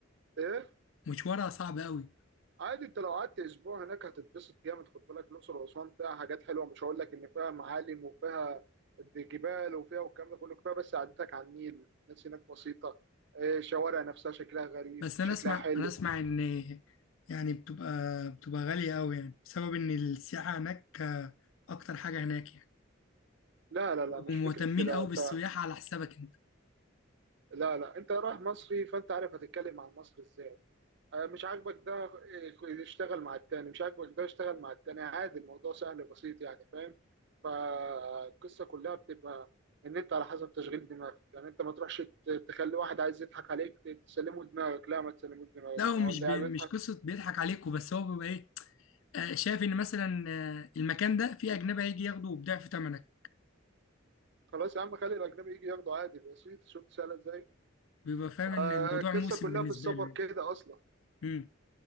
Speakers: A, on the right; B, on the left.
A: ايه
B: مشوارها صعب قوي
A: عادي انت لو قعدت اسبوع هناك هتتبسط جامد خد بالك الاقصر واسوان فيها حاجات حلوه مش هقول لك ان فيها معالم وفيها جبال وفيها والكلام ده كله كفايه بس عدتك على النيل الناس هناك بسيطه آه، الشوارع نفسها شكلها غريب
B: بس
A: شكلها
B: انا اسمع
A: حلو
B: انا اسمع ان يعني بتبقى بتبقى غالية قوي يعني بسبب ان السياحة هناك آه، اكتر حاجة هناك يعني
A: لا لا
B: بيبقوا
A: لا مش
B: مهتمين
A: فكره كده
B: قوي
A: انت
B: بالسياحة على حسابك انت
A: لا لا انت رايح مصري فانت عارف هتتكلم عن مصر ازاي آه، مش عاجبك ده آه، اشتغل مع التاني مش عاجبك ده اشتغل مع التاني عادي الموضوع سهل بسيط يعني فاهم فالقصة كلها بتبقى ان انت على حسب تشغيل دماغك يعني انت ما تروحش ت- تخلي واحد عايز يضحك عليك ت- تسلمه دماغك لا ما تسلموش دماغك
B: لا هو
A: ما
B: مش
A: هو اللي
B: بي
A: قاعد بيضحك
B: مش قصة بيضحك عليكوا بس هو بيبقى ايه آه، شايف ان مثلا آه، المكان ده فيه اجنبي هيجي ياخده بضعف ثمنك
A: خلاص يا عم خلي الاجنبي يجي ياخده عادي بسيط شفت سهله ازاي
B: بيبقى فاهم
A: آه،
B: ان الموضوع
A: القصه
B: موسم
A: كلها
B: بالنسبة
A: في السفر
B: له يعني
A: كده اصلا
B: امم